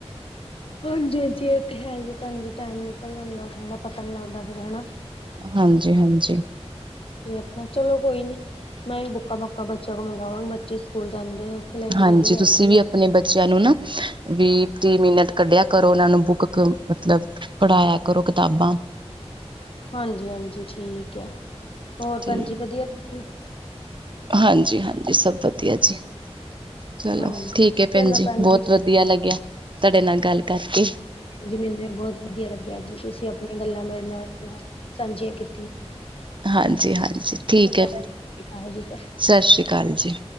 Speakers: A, on the left; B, on the right.
A: ਹਾਂਜੀ ਹਾਂਜੀ, ਇਹ ਤੇ ਹੈ ਹੀ ਭੈਣ ਜੀ ਟਾਈਮ ਨਿਕਲ ਜਾਂਦਾ ਥੋੜਾ ਪਤਾ ਨੀ ਲੱਗਦਾ ਫਿਰ ਹਨਾ।
B: ਹਾਂਜੀ ਹਾਂਜੀ
A: ਤੇ ਆਪਣਾ ਚਲੋ ਕੋਈ ਨੀ ਮੈਂ ਵੀ ਬੁੱਕਾਂ ਬਾਕਾਂ ਬੱਚਿਆਂ ਕੋਲ ਮੰਗਵਾਵਾਂਗੀ ਬੱਚੇ ਸਕੂਲ ਜਾਂਦੇ ਨੇ, ਉੱਥੇ ਲਾਇਬ੍ਰੇਰੀ
B: ਹਾਂਜੀ ਤੁਸੀਂ
A: ਹੈਗੀ
B: ਵੀ ਆ ਆਪਣੇ ਬੱਚਿਆਂ ਨੂੰ ਨਾ ਵੀਹ -ਤੀਹ ਮਿੰਟ ਕੱਢਿਆ ਕਰੋ ਉਹਨਾਂ ਨੂੰ ਬੁੱਕ ਮਤਲਬ ਪੜਾਇਆ ਕਰੋ ਕਿਤਾਬਾ।
A: ਹਾਂਜੀ ਹਾਂਜੀ ਠੀਕ ਆ, ਹੋਰ
B: ਤੇ
A: ਭੈਣ ਜੀ ਵਧੀਆ ਤੁਸੀਂ?
B: ਹਾਂਜੀ ਹਾਂਜੀ ਸਭ ਵਧੀਆ ਜੀ। ਚਲੋ
A: ਹਾਂਜੀ
B: ਠੀਕ ਹੈ ਭੈਣ
A: ਚਲੋ
B: ਜੀ, ਬਹੁਤ ਵਧੀਆ
A: ਠੀਕ
B: ਲੱਗਿਆ ਤੁਹਾਡੇ ਨਾਲ ਗੱਲ ਕਰਕੇ।
A: ਜੀ ਮੈਨੂੰ ਵੀ ਬਹੁਤ ਵਧੀਆ ਲੱਗਿਆ ਜੀ ਤੁਸੀਂ ਆਪਣੀਆਂ ਗੱਲਾਂ ਮੇਰੇ ਨਾਲ ਜਿਹੜੀਆ ਸਾਂਝੀਆਂ ਕੀਤੀਆਂ।
B: ਹਾਂਜੀ ਹਾਂਜੀ ਠੀਕ ਹੈ।
A: ਹਾਂਜੀ ਸਤਿ ਸ਼੍ਰੀ ਅਕਾਲ ਜੀ ਫਿਰ।
B: ਸਾਸਰੀ ਕਾਲ ਜੀ।